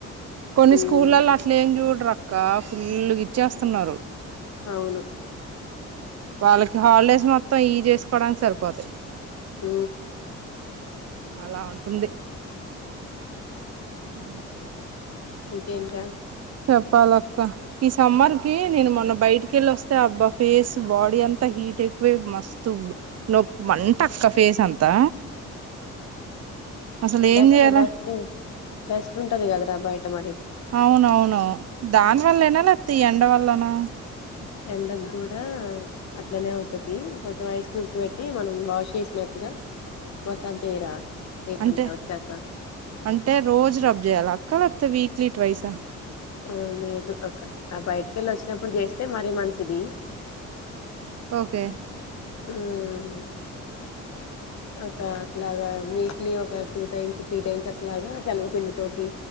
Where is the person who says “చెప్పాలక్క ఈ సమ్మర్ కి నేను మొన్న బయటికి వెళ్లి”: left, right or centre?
Right